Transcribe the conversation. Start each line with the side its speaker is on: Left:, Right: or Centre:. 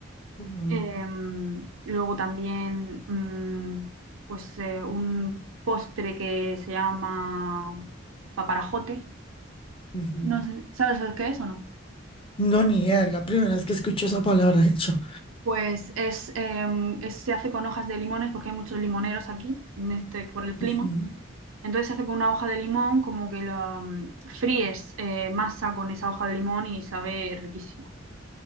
Left: Ujú,
Right: Em, luego también mm, pues eh, un postre que se llama paparajote
Left: ujú.
Right: No sé, ¿sabes lo que es o no?
Left: No, ni idea, es la primera vez que escucho
Right: No.
Left: esa palabra, de hecho.
Right: Pues es, em, es- se hace con hojas de limones porque hay muchos limoneros aquí, en este, por el clima.
Left: Ujú.
Right: Entonces se hace con una hoja de limón, como que la mm, fríes eh, masa con esa hoja de limón y sabe riquísimo.